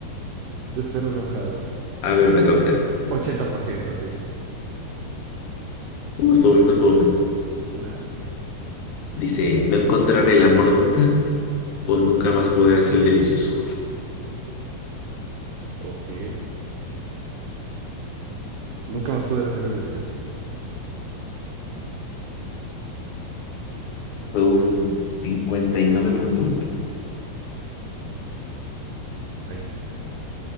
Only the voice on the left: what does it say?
A ver, me toca.
No estuvo, no estuvo mal.
Dice, no encontrar el amor nunca o nunca vas a poder hacer el delicioso.
Fue un 59.1.